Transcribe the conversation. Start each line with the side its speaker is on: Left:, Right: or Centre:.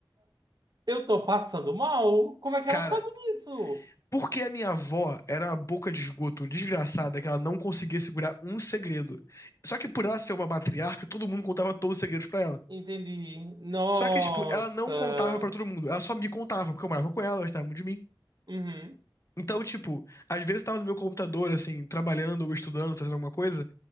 Right: Eu tô passando mal? Como é que
Left: Cara,
Right: ela sabe disso?
Left: porque a minha avó era uma boca de esgoto desgraçada que ela não conseguia segurar um segredo. Só que por ela ser uma matriarca, todo mundo contava todos os segredos pra ela.
Right: Entendi. Nossa.
Left: Só que, tipo, ela não contava pra todo mundo, ela só me contava, porque eu morava com ela, ela gostava muito de mim.
Right: Uhum.
Left: Então, tipo, às vezes eu tava no meu computador, assim, trabalhando ou estudando, fazendo alguma coisa.